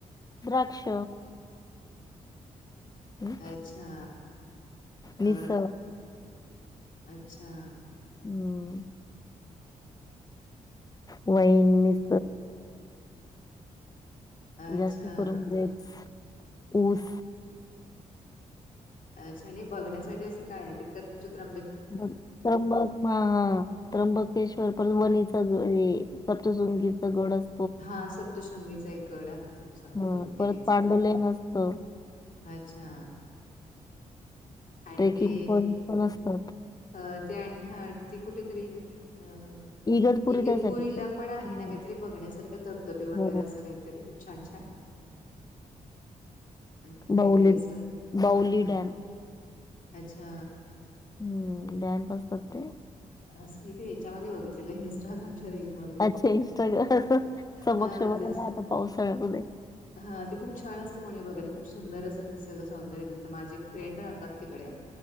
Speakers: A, on the left; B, on the left.
A: द्राक्ष हम्
B: अच्छा अ
A: मिस
B: अच्छा.
A: हम्. वाईन मीस
B: अच्छा
A: जास्त करून ग्रेप्स ऊस
B: अच्छा आणि बघण्यासाठी असं काय ए तर तुमच्या त्र्यब
A: त्र्यबक म हा. त्र्यंबकेश्वर पर वणीचा गडे सप्चसुंगीचा गड अस
B: हा सप्तशृंगीचा एक गड आहे तुमचा
A: हां.
B: तो देवीचा.
A: परत पांडवलेन असतं.
B: अच्छा. आणि
A: ट्रेकिंग
B: ते
A: पॉइंट पण असतात.
B: अ ते आण ह ती कुठेतरी अ
A: इगतपुरी
B: इगतपुरीला
A: त्या साईडला.
B: पण आहे
A: हां.
B: ना काहीतरी बघण्यासारखं धबधबे वगरे
A: हो.
B: असं काहीतरी खूप छान छान. अ, काहीतरी
A: बाऊली,
B: असं
A: बाऊली
B: अ,
A: डॅम.
B: अच्छा.
A: हम्म. डामपास करते.
B: अस मी ते याच्यामध्ये बघितलेलं, इन्स्टाग्रामच्या रीलमध
A: अच्छा इंस्टाग्राम. समक्ष
B: हा
A: बघायला
B: तेच
A: या आता पावसाळ्यामधे.
B: हा ते खूप छान असतं म्हणे बघायला. खूप सुंदर असें ते निसग सौंदर्य दे माझे एक फ्रेंड राहतात तिकडे.